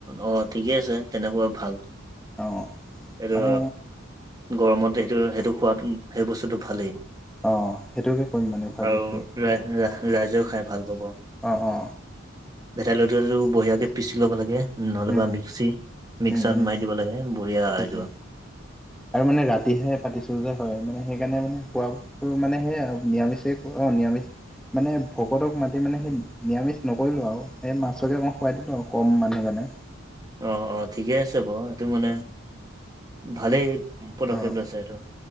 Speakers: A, on the right; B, in the centre.
A: অ ঠিকে আছে তেনেকুৱা ভাল।
B: অ
A: এইটো
B: মানে
A: গৰমত সেইটো সেইটো খোৱাত সেই বস্তুটো ভালেই।
B: অ সেইটোকে কৰিম মানে ভাবিছো
A: আৰু ৰাই ৰাইজও খাই ভাল পাব।
B: অ অ
A: ভেটাইলতাটো বঢ়িয়াকে পিচি ল'ব লাগে। নহ'লেবা
B: উম
A: মিক্সি মিক্সাৰত
B: উম উম উম
A: মাৰি দিব লাগে বঢ়িয়া
B: সেইটোৱে
A: হয়।
B: আৰু মানে ৰাতিহে পাতিছো যে হয় মানে সেইকাৰণে মানে খোৱা তোৰ মানে সেই নিৰামিষেই অ নিৰামিষ মানে ভকতক মাতি মানে সেই নিৰামিষ নকৰিলোঁ আৰু সেই মাছকে অকন খুৱাই দিলোঁ আৰু কম মানুহ কাৰণে।
A: অ অ ঠিকে আছে বাৰু সেইটো মানে ভালেই পদক্ষেপ
B: অঁ
A: লৈছা সেইটো।